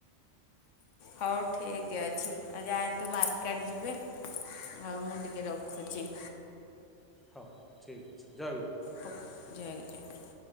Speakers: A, on the left; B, in the centre.
A: ହଉ ଠିକ ଅଛି ଆଜ୍ଞା ଯାଆନ୍ତୁ ମାର୍କେଟ ଯିବେ। ଆଉ ମୁଁ ଟିକେ ରଖୁଛି।
B: ହଁ ଠିକ୍ ଅଛି ଜୟଗୁରୁ।
A: ପ ଜୟଗୁରୁ ଜୟଗୁରୁ।